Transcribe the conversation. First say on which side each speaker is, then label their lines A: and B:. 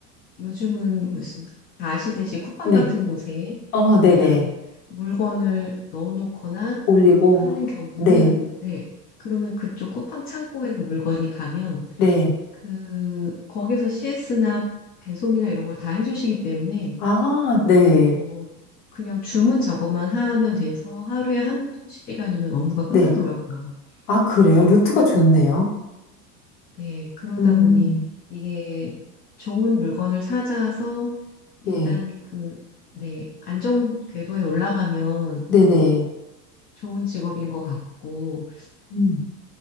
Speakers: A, on the left; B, on the left.
A: 요즘은 무슨 다 아시듯이 쿠팡
B: 네.
A: 같은 곳에
B: 어,
A: 그냥
B: 네네.
A: 물건을 넣어놓거나
B: 올리고.
A: 하는 경우는
B: 네.
A: 네. 그러면 그쪽 쿠팡 창고에 그 물건이 가면
B: 네.
A: 그 거기서 CS나 배송이나 이런 걸 다 해주시기 때문에
B: 아, 네.
A: 어 그냥 주문 작업만 하면 돼서 하루에 한두 시간이면 업무가
B: 네.
A: 끝나더라고요.
B: 아, 그래요?
A: 그래서
B: 루트가 좋네요.
A: 네, 그러다
B: 음,
A: 보니 이게 좋은 물건을 찾아서 일단
B: 네.
A: 그, 네, 안정 궤도에 올라가면
B: 네네.
A: 좋은 직업인 것 같고,
B: 음,